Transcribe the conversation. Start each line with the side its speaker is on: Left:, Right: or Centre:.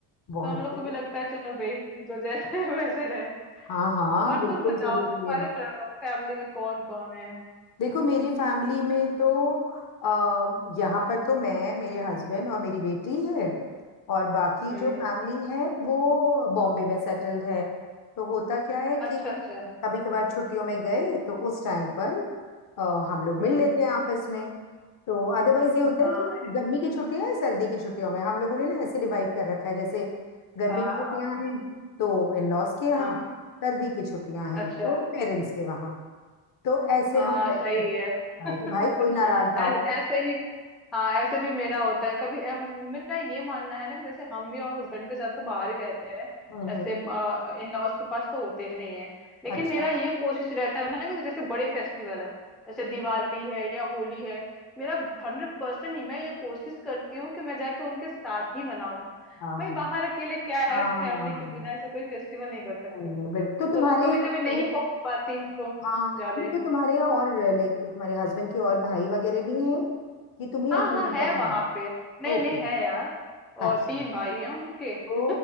Left: बहुत
Centre: तो हम लोग
Left: सही
Centre: को भी लगता है चलो भाई जो जैसे है वैसे रहे
Left: हाँ हाँ
Centre: और
Left: बिल्कुल
Centre: तुम बताओ
Left: जरूरी
Centre: तुम्हारे
Left: है
Centre: फैमिली में कौन कौन है
Left: देखो मेरी फैमिली में तो अः यहाँ पर तो मैं मेरे हस्बैंड और मेरी बेटी है और बाकी
Centre: हम्म
Left: जो फैमिली है वो बॉम्बे में सेटल्ड है तो होता क्या है कि
Centre: अच्छा अच्छा
Left: कभी कभार छुट्टियों में गए तो उस टाइम पर अ, हम लोग
Centre: हम्म
Left: मिल लेते हैं आपस में तो अदरवाइज ये होता
Centre: हाँ
Left: है कि गर्मी की छुट्टियां हैं सर्दी की छुट्टियों में हम लोगों ने ना ऐसे डिवाइड कर रखा है जैसे गर्मी
Centre: हाँ
Left: की छुट्टियां हैं तो इन लॉज के यहाँ
Centre: हाँ हाँ,
Left: सर्दी की छुट्टियां हैं
Centre: अच्छा
Left: तो पेरेंट्स के वहाँ तो ऐसे
Centre: हाँ
Left: हमारा एक
Centre: सही
Left: तरीका
Centre: है
Left: होता
Centre: <laughs> ऐ-
Left: है कि भाई कोई नाराज ना हो
Centre: ऐसे ही हाँ ऐसे भी मेरा होता है कभी अ, मेरा ये मानना है ना कि जैसे हम भी और हस्बैंड के साथ तो बाहर ही रहते हैं
Left: हम्म हम्म,
Centre: ऐसे इन लॉज के पास तो होते ही नहीं है लेकिन
Left: अच्छा
Centre: मेरा ये कोशिश रहता है ना कि जैसे बड़े फेस्टिवल है जैसे दिवाली है या होली है मेरा हंड्रेड परसेंट मैं ये कोशिश करती हूँ कि मैं जाके उनके साथ ही मनाऊं
Left: हाँ
Centre: भाई बाहर अकेले क्या
Left: हाँ
Centre: है फैमिली के बिना ऐसे कोई फेस्टिवल नहीं कर सकते
Left: नहीं नहीं बिल्कुल तो
Centre: तो
Left: तुम्हारे
Centre: कभी
Left: इसमें
Centre: कभी नहीं पहुंच पाती हूँ तो
Left: हाँ
Centre: ज्यादा
Left: नहीं तो तुम्हारे यहाँ और लाइक तुम्हारे हस्बैंड के और भाई वगैरह भी हैं कि तुम ही
Centre: हाँ
Left: अकेली
Centre: हाँ है
Left: बहू
Centre: वहां
Left: हो
Centre: पे नहीं
Left: ओके
Centre: नहीं है यार
Left: अच्छा
Centre: और तीन भाई हैं उनके <laughs>
Left: ओ